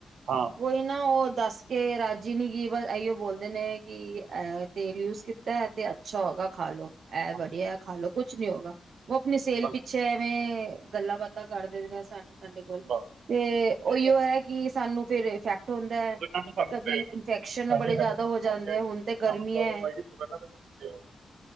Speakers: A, on the right; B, on the right.
A: ਹਾਂ
B: ਕੋਈ ਨਾ ਉਹ ਦੱਸ ਕੇ ਰਾਜੀ ਨੀਗੀ। ਬਸ ਏਈਔ ਬੋਲਦੇ ਨੇ ਕਿ ਐ ਤੇਲ ਯੂਜ ਕੀਤਾ ਐ ਤੇ ਅੱਛਾ ਹੋਗਾ ਖਾ ਲੋ। ਐ
A: ਬਸ
B: ਵਧੀਐ ਖਾ ਲੋ ਕੁਛ ਨੀ ਹੋਊਗਾ। ਉਹ ਅਪਣੀ ਸੇਲ
A: ਬਸ
B: ਪਿੱਛੇ ਐਵੇਂ ਗੱਲਾਂ ਬਾਤਾਂ ਕਰ ਦਿੰਦੇ ਆਂ ਸਾ ਤਾਡੇ ਕੋੋਲ
A: ਬਸ
B: ਤੇ
A: ਸਹੀ
B: ਔਈਔ
A: ਗੱਲ
B: ਐ ਕਿ ਸਾਨੂੰ ਫੇਰ ਏ ਫੈਕ ਦਾ ਐ।
A: ਭੁਗਤਣਾ ਤਾਂ ਸਾਨੂੰ
B: ਕਭੀ
A: ਪਏਗਾ ਨਾ
B: ਇਨਫੈਕਸ਼ਨ
A: ਸਾਡੇ
B: ਬੜੇ
A: ਹੈਲਥ
B: ਜ਼ਿਆਦਾ
A: ਇਸ਼ੂ
B: ਹੋ
A: ਹੋਣ
B: ਜਾਂਦੇ
A: ਕੇ
B: ਐ।
A: ਸਾਨੂੰ
B: ਹੁਣ ਤੇ ਗਰਮੀਆਂ
A: ਪ੍ਰੋਬਲਮ
B: ਐ।
A: ਆਈ ਭੁਗਤਣਾ ਤਾਂ ਸਾਨੂੰ ਪਏਗਾ